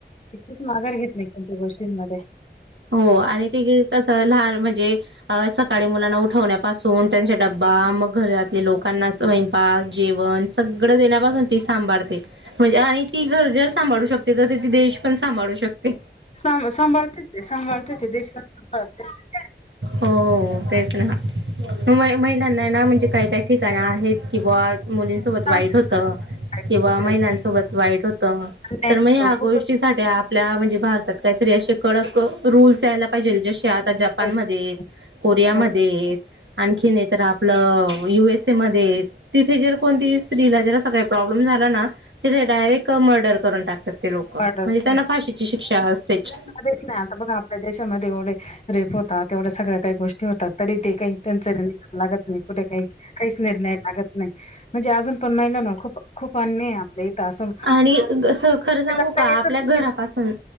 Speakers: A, on the left; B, on the right.
A: ती माघारं घेतं नाहीं कोणत्यां गोष्टींमध्ये
B: हो आणि ती कसं लहांन म्हणजे अं सकाळीं मुलांना उठवण्यांपासून त्यांचा डब्बा मंग घरांत आपले लोकांना स्वयंपाक जेवणं सगळं देण्यांपासून ती सांभाळते म्हणजे आणि ती घरं दारं सांभाळूं शकते तरं त ती देश पणं सांभाळूं शकते
A: स सांभाळते चं सांभाळते चं देश पणं सांभाळते चं
B: हो तेचं नां महिलांना नां म्हणजे कायं कायं ठीक आहेतं कि बवां मुलीं ते
A: त्रास
B: वाईट होतं
A: आहे
B: किंवा
A: खूप
B: महिलांसोबत
A: वाईट
B: वाईट होतं
A: अन्याय
B: तरं
A: होतो
B: म्हणजे ह्यांचं
A: खूपच
B: गोष्टी आपल्या म्हणजे भारतात कांहींतरी असे कडक रुल्स येतांय पाहिजेल जसे आता जपानमध्ये
A: वाईट
B: आहेत, कोरियामध्ये
A: हो
B: आहेत. आणखी नाही तर आपलं युएसए मध्ये तिथे जर कोणतीही स्त्रीला जरासं काही प्रॉब्लेम झाला ना, तिथे डायरेक्ट मर्डर करून टाकतात ते लोक म्हणजे
A: वाढत.
B: त्यांना फाशीेची शिक्षा असतेच.
A: तेच ना आता बघा आपल्या देशामध्ये एवढे रेप होतात एवढ्या सगळ्या काही गोष्टी होतात. तरी ते काही त्यांच निर्णय लागत नाही, कुठे काही काहीच निर्णय लागत नाही. म्हणजे अजून पण महिलानं खूप खूप अन्याय आहे आपल्या इथं असं
B: आणि असं खरं सांगू
A: जाता
B: का
A: येतच
B: आपल्या घरापासून
A: नाही ना.